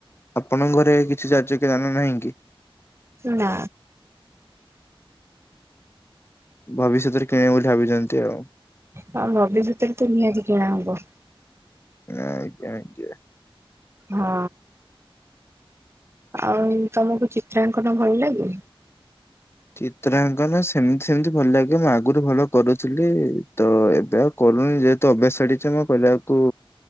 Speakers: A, on the left; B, on the right.
A: ଆପଣଙ୍କ ଘରେ କିଛି ଚାର୍ଯ୍ୟ କି ଦାନ ନାହିଁ କି।
B: ନା
A: ଭବିଷ୍ୟତରେ କିଣିବ ବୋଲି ଭାବିଛନ୍ତି ଆଉ
B: ହଁ ଭବିଷ୍ୟତରେ ତ ନିହାତି କିଣା ହବ
A: ଆଜ୍ଞା ଆଜ୍ଞା
B: ହଁ ଆଉ ତମକୁ ଚିତ୍ରାଙ୍କନ ଭଲ ଲାଗେ?
A: ଚିତ୍ରାଙ୍କନ ସେମିତି ସେମିତି ଭଲ ଲାଗେ ମୁଁ ଆଗରୁ ଭଲ କରୁଥିଲି ତ ଏବେ ଆଉ କରୁନି ଯେହେତୁ ଅଭ୍ୟାସ ଛାଡିଛି ମୁଁ କରିବାକୁ